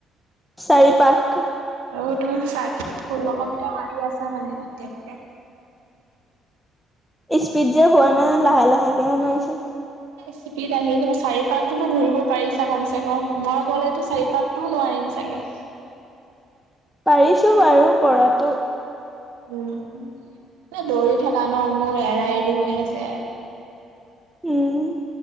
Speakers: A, in the centre; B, on the right.
A: চাৰি পাক।
B: আৰু তো চাই ষোল্লশ মিটৰ মাৰি আছা মানে এতিয়ালৈকে।
A: স্পীড যে হোৱা নাই লাহে লাহেকে মাৰিছো।
B: স্পিড আহি যাব চাৰি পাকটোতো ঘূৰিব পাৰিছা। কম চে কম মই গ'লেতটো চাৰিপাকটোও নোৱাৰিম চাগে।
A: পাৰিছো বাৰু পৰাটো।
B: উ'ম। নাই দৌৰি থকা ন। মোৰ এৰা-এৰি হৈ আছে।
A: উ'ম